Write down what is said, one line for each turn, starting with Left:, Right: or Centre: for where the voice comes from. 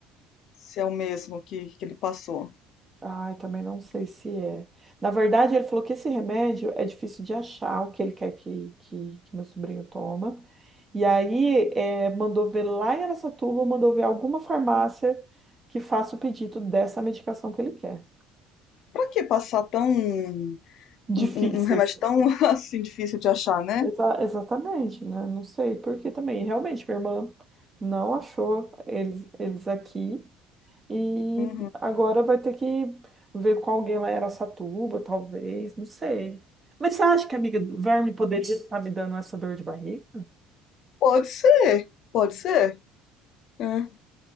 Left: se é o mesmo que, que ele passou.
Right: Ai, também não sei se é. Na verdade, ele falou que esse remédio é difícil de achar, o que ele quer que, que, que meu sobrinho toma. E aí, é, mandou ver lá em Araçatuba, mandou ver alguma farmácia que faça o pedido dessa medicação que ele quer.
Left: Pra que passar tão
Right: Difícil,
Left: Um, um- um remédio
Right: assim.
Left: tão <laughs> assim difícil de achar, né?
Right: Exa- exatamente, né? Não sei, porque também, realmente, minha irmã não achou eles, eles aqui e
Left: Uhum.
Right: agora vai ter que ver com alguém lá em Araçatuba, talvez, não sei. Mas você acha que a amiga do Verme poderia estar me dando essa dor de barriga?
Left: Pode ser, pode ser. É.